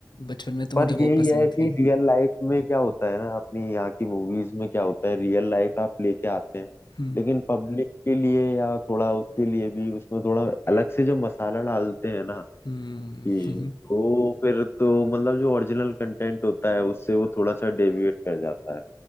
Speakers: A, on the left; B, on the left.
A: बचपन में तो मुझे
B: पर यही
A: वो पसंद
B: है कि
A: थी
B: रियल लाइफ में
A: हम्म
B: क्या होता है ना अपनी यहाँ की मूवीज में क्या होता है रियल लाइफ आप लेके आते हैं
A: हम्म
B: लेकिन पब्लिक के लिए या थोड़ा उसके लिए भी उसमें थोड़ा अलग से जो मसाला डालते हैं ना
A: हम्म
B: कि
A: <laughs>
B: वो फिर तो मतलब जो ओरिजिनल कंटेंट होता है उससे वो थोड़ा सा डेविएट कर जाता है